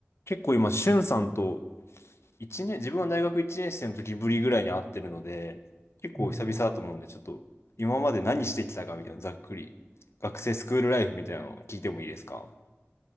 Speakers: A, on the left (about 65°); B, on the right (about 40°).
A: 結構今、しゅんさんと一年、自分が大学1年生の時ぶりぐらいに会ってるので、結構久々だと思うんで、
B: うんうん。
A: ちょっと今まで何してきたかみたいな、ざっくり。学生スクールライフみたいなのを聞いてもいいですか